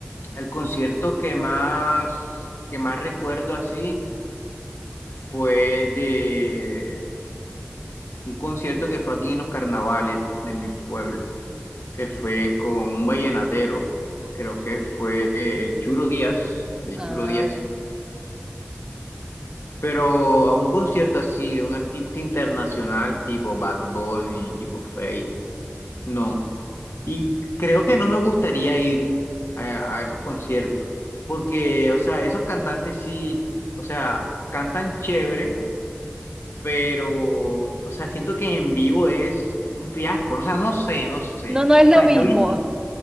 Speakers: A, on the left; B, on the right.
A: el concierto que más, que más recuerdo así fue de un concierto que fue aquí en los carnavales de mi pueblo. que fue con un vallenatero, creo que fue el Churo Díaz, el
B: Ah,
A: Churo Díaz, pero a un concierto así de un artista internacional tipo Bad Bunny, tipo Feid, no. Y creo que no me gustaría ir a, a esos conciertos, porque, o sea, esos cantantes sí, o sea, cantan chévere, pero, o sea, siento que en vivo es un fiasco, o sea, no sé, no sé.
B: no, no es
A: O
B: lo
A: sea,
B: mismo.
A: yo iría.